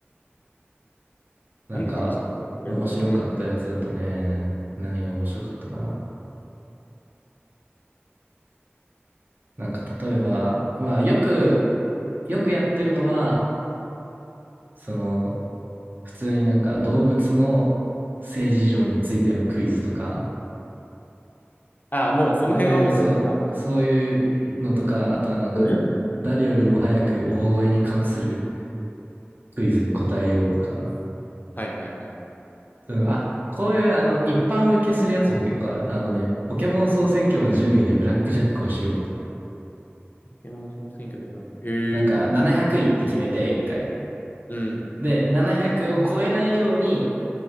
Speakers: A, on the right; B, on the left.
A: なんか、
B: 何が楽しくやってるんだろう。
A: 面白かったやつだとね、
B: うん。
A: 何が面白かったかな。なんか、例えば、まあ、よく、よくやってるのは、その、普通になんか動物の性事情についてのクイズとか、
B: ああ、もうその辺はもう絶対だ。
A: そういう、そう、そういうのとか、あとはなんか、
B: うん
A: 誰よりも早くお保護に関するクイズに答えようとか、
B: はいはいはい。ポ
A: そういうのあ、こういうあの、一般受けするやつも結構ある。あのね、ポケモン総選挙の順位でブラックジャックをしようとか。
B: ケモン総選挙でもなく。へえ。
A: なんか700位って決めて1回。
B: うん。
A: で、700を超えないように